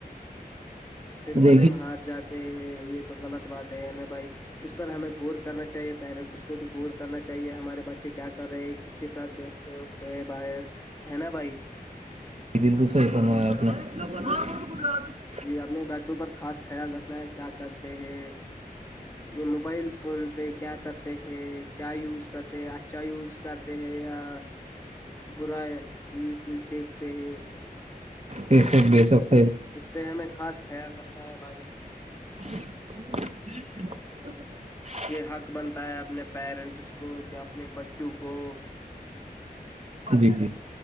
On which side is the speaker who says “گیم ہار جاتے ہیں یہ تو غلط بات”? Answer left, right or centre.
Left